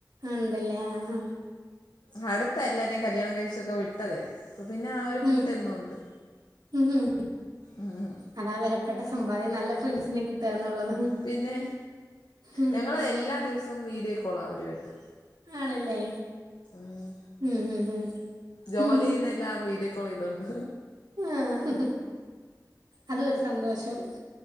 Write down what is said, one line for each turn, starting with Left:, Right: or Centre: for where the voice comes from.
Right: ഉണ്ടല്ലേ ആഹ് ആഹ്
Left: ഉം അടുത്താ എല്ലാരേും കല്യാണം കഴിച്ചൊക്കെ വിട്ടതേ അപ്പൊ പിന്നെ ആ ഒരു
Right: ഉം
Left: കൂട്ട് എന്നും ഉണ്ട്
Right: ഉം
Left: ഉം
Right: അതാ വിലപ്പെട്ട സമ്പാദ്യം നല്ല ഫ്രണ്ട്സിനെ കിട്ടിയത് എന്നുള്ളത്
Left: പിന്നെ
Right: ഉം
Left: ഞങ്ങൾ എല്ലാ ദിവസവും വീഡിയോ കോളാണ് അവരുമായിട്ട്
Right: ആണല്ലേ
Left: ഉം
Right: ഉം ഉം ഉം
Left: ജോലി
Right: ഉം
Left: ചെയ്യുന്ന എല്ലാം വീഡിയോ കോൾ ചെയ്തോണ്ട്
Right: ആഹ് അതൊരു സന്തോഷം